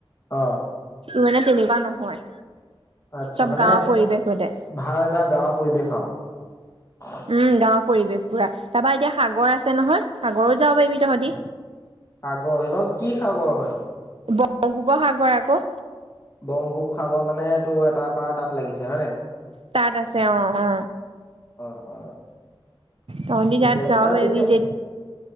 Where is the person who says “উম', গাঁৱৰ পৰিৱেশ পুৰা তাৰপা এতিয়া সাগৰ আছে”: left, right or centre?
Right